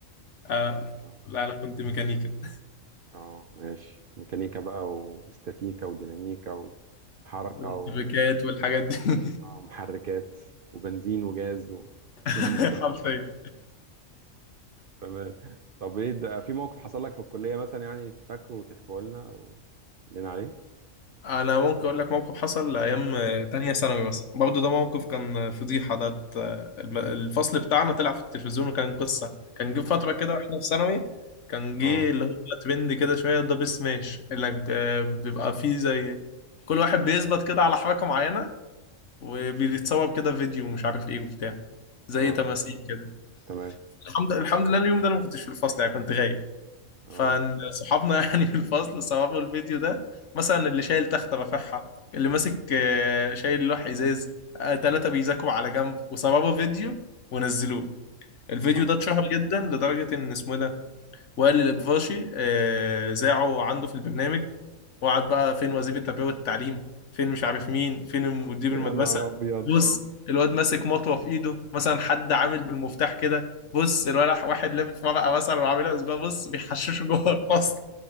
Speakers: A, on the left (about 65°); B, on the right (about 55°).
A: آه
B: اه
A: لا انا كنت ميكانيكا
B: آه، ماشي ميكانيكا بقى واستاتيكا وديناميكا وحركه
A: ومفبركات
B: و-
A: والحاجات دي
B: ومحركات وبنزين وجاز وكلام
A: <laughs>
B: من ده
A: حرفيا
B: تمام طب ايه ده في موقف حصل لك في الكليه مثلا يعني تفكره وتحكوا لنا وتقول لنا عليه
A: انا ممكن اقول لك موقف حصل ايام تانية ثانوي مثلا برضه ده موقف كان فضيحه ده ت- الم- الفصل بتاعنا طلع في التلفزيون وكان قصه كان جه فتره
B: اوف
A: كده واحنا في ثانوي كان
B: اه
A: جه اللي هو ترند كده شويه دبل سماش اللي آه، بيبقى فيه زي كل واحد بيثبت كده على حركه معينه وبيتصور كده فيديو ومش عارف ايه وبتاع زي
B: اه
A: تماثيل كده
B: تمام
A: الحمد الحمد لله اليوم ده انا ما كنتش في الفصل يعني كنت غايب
B: اه
A: فصحابنا <laughs> يعني في الفصل صوروا الفيديو ده مثلا اللي شايل تخته رافعها اللي ماسك آه، شايل لوح ازاز ثلاثه بيذاكروا على جنب وصوروا فيديو ونزلوه الفيديو
B: اه
A: ده اتشهر جدا لدرجه ان اسمه إيه ده وائل الابفاشي آه، ذاعه عنده في البرنامج واقعد بقى فين وزير التربيه والتعليم فين مش عارف مين فين مدير
B: يا
A: المدرسه
B: نهار ابيض
A: بص الواد ماسك مطوه في ايده مثلا حد عامل بالمفتاح كده بص الولد واحد لافف ورقه مثلا وعاملها صغير بص بيحششوا جوه الفصل